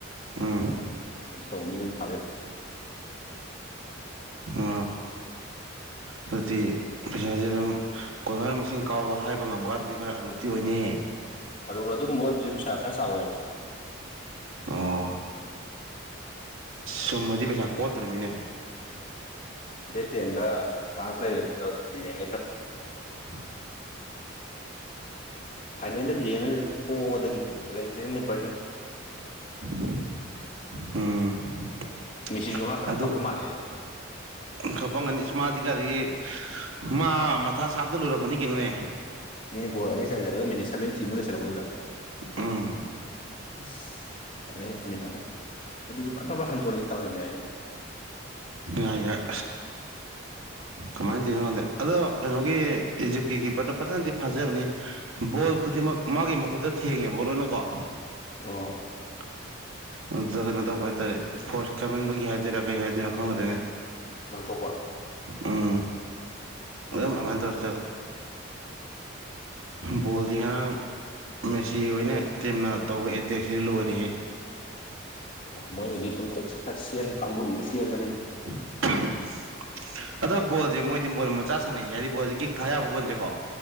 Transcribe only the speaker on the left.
ꯇꯧꯅꯤꯅ ꯑꯩꯗꯤ ꯊꯥꯕꯤꯩ
ꯑꯗꯨꯒ ꯑꯗꯨꯒꯨꯝꯕ ꯑꯣꯏꯕꯁꯦ ꯄꯩꯁꯥ ꯈꯔ ꯆꯥꯎꯋꯦꯕ
ꯑꯦꯇꯦꯟ ꯐ꯭ꯔꯥꯟꯁ ꯂꯥꯏꯠꯇꯣ ꯌꯦꯡ
ꯐꯥꯏꯅꯦꯜꯗ ꯌꯦꯡꯉꯅꯤꯗ ꯀꯣꯕꯗꯒꯤ ꯄꯤꯠꯇ ꯂꯩꯇ꯭ꯔꯦꯅꯦ ꯕꯔꯂꯤꯟ
ꯃꯤꯁꯤꯁꯨ ꯉꯔꯥꯡ ꯐ ꯌꯥꯝ
ꯀꯞꯄ ꯃꯥꯜꯂꯦ
ꯃꯤ ꯣ ꯑꯅꯤꯩ ꯆꯟꯖꯠꯂꯒ ꯃꯤꯠꯅꯤ ꯁꯚꯦꯟꯇꯤ ꯃꯣꯂꯦ ꯆꯠꯂꯀꯗꯗ
ꯑꯁ ꯑꯗꯩ ꯃꯤꯠ ꯑꯍꯨꯝ ꯑꯗꯨꯁꯨ ꯐꯠ ꯐꯕꯠ ꯍꯟꯗꯣꯔꯛꯏ ꯇꯥꯔꯝ ꯌꯥ ꯍꯥꯏꯏꯅꯤ
ꯑꯣ
ꯉꯥꯡꯊꯣꯛꯄ
ꯎꯝ
ꯃꯣꯏ ꯁꯦꯟ ꯀꯥꯡꯪꯨꯔ ꯁꯤꯟ ꯃ